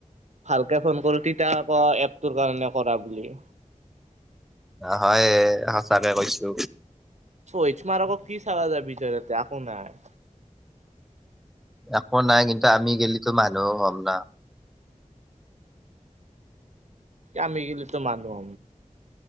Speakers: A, on the right; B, in the centre.
A: ভালকে ফোন কৰো তেতিয়া আকৌ এপটোৰ কাৰণে কৰা বুলি
B: হয় সঁচাকে কৈছো
A: এইচ মাৰক কি চাবা যায় তই একো নাই।
B: একো নাই কিন্তু, আমি গেলিটো মানুহও হ'ম না
A: আমি গেলি তো মানুহ